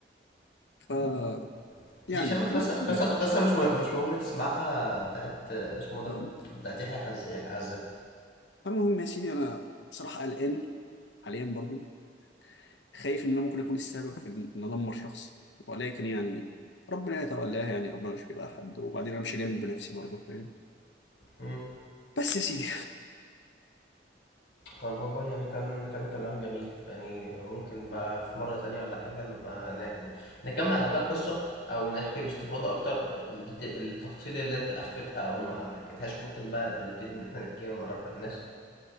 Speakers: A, on the left (about 85°); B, on the left (about 70°).
A: ف
B: <applause>
A: يعني
B: دي شبه قصه
A: اتمنى
B: قصه
A: ان ال-
B: قصه مش مه- مش مهم تسمعها بتاعت آه، اسمه ده
A: آه.
B: بتاعت يحيى حز يحيى عزة
A: فالمهم يا سيدي انا بصراحه قلقان حاليا برضو خايف ان انا ممكن اكون السبب في ان ادمر شخص ولكن يعني ربنا يتولاها يعني ربنا مش بيضيع حد وبعدين انا مش هجامل بنفسي برضو فاهم
B: مم.
A: بس يا سيدي
B: طب والله يعني كان كان كلام جميل يعني ممكن بقى في مرة تانية ولا حاجة نبقى ن- نكمل على بقى القصة أو نحكي باستفاضة أكتر الت- التفاصيل اللي أنت أخفتها أو ما ما حكيتهاش ممكن بقى نبتدي إن إحنا نحكيها ونعرفها للناس